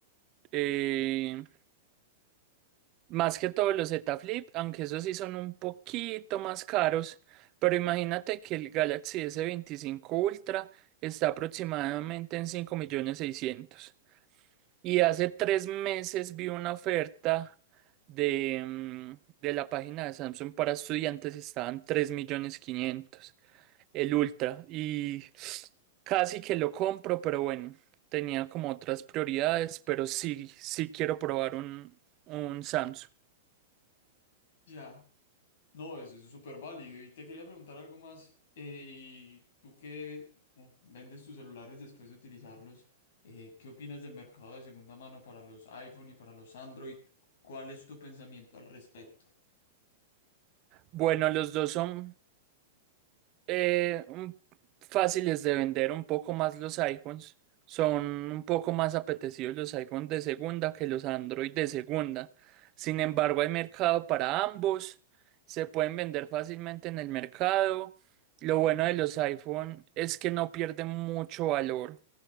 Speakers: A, on the right; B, on the left.
A: eh, Más que todos los Z Flip, aunque esos sí son un poquito más caros, pero imagínate que el Galaxy s veinticinco Ultra está aproximadamente en 5.600.000. Y hace tres meses vi una oferta de, mm, de la página de Samsung para estudiantes, estaban 3.500.000 el Ultra. Y casi que lo compro, pero bueno, tenía como otras prioridades, pero sí, sí quiero probar un, un Samsung.
B: Ya, no, eso es súper válido. Y te quería preguntar algo más. Eh, tú que eh, vendes tus celulares después de utilizarlos, eh, ¿qué opinas del mercado de segunda mano para los iPhone y para los Android? ¿Cuál es tu pensamiento al respecto?
A: Bueno, los dos son eh, un- fáciles de vender un poco más los iPhones. Son un poco más apetecidos los iPhones de segunda que los Android de segunda. Sin embargo, hay mercado para ambos. Se pueden vender fácilmente en el mercado. Lo bueno de los iPhone es que no pierden mucho valor